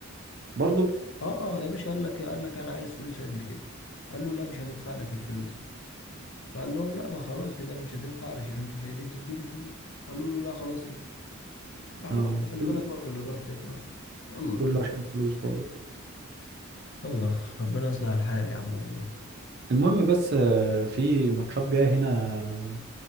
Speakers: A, on the right; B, on the left.
A: برضه
B: اه اه يا باشا قال لك قال لك انا عايز فلوس قد كده قال له لا مش هندفع لك الفلوس دي فقال لهم لا ما خلاص كده انا مش هتنفع علشان انتوا مش عايزين تدوني فلوس قالوا له لا خلاص امشي ما احنا
A: اه
B: برضه خلي
A: كل
B: بالك برضه الإدارة بتاعتنا وحشة يلا
A: كله عشان الفلوس برضه
B: يلا ربنا يصلح الحال يا عم والله
A: المهم بس آه، في ماتشات جايه هنا